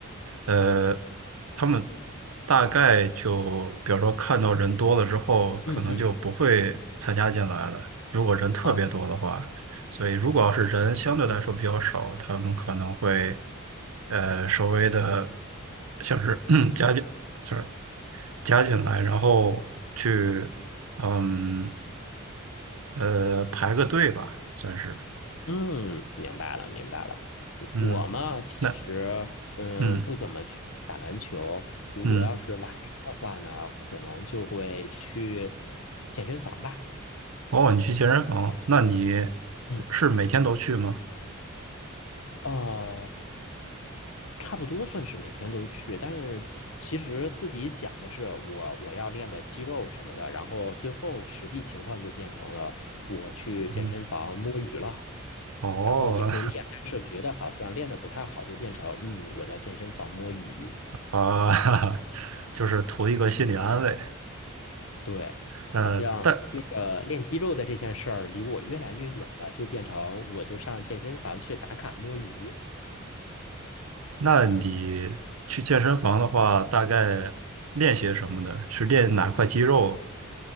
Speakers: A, on the right; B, on the left.
A: 呃，他们大概就，比如说看到人多了之后，可能就不会参加进来了。
B: 嗯嗯，
A: 如果人特别多的话，
B: 哦，
A: 所以如果要是人相对来说比较少，
B: 嗯
A: 他们可能会，呃，稍微的，像是 <clears throat> 加进，sorry，加进来，然后去，嗯，呃，排个队吧，算是，
B: 嗯，明白了明白了。
A: 嗯。
B: 我嘛，其实嗯不怎么去打篮球，
A: 那嗯
B: 如果要是晚上的话呢，
A: 嗯，
B: 可能就会去健身房吧。
A: 哦，你去健身房那你
B: 嗯。
A: 是每天都去吗？
B: 哦，差不多算是每天都去，但是其实自己想的是我我要练个肌肉什么的，然后最后实际情况就变成了我去健身房摸鱼了，
A: 嗯，哦
B: 然后也会练，但是觉得好像练得不太好，就变成嗯我在健身房摸鱼，
A: <laughs> 啊，<laughs> 就是图一个心理安慰。
B: 对，
A: 呃，
B: 好像那个练肌肉的这件事儿离我越来越远了，
A: 但
B: 就变成我就上健身房去打卡摸鱼。
A: 那你去健身房的话，大概练些什么呢？是练哪块肌肉？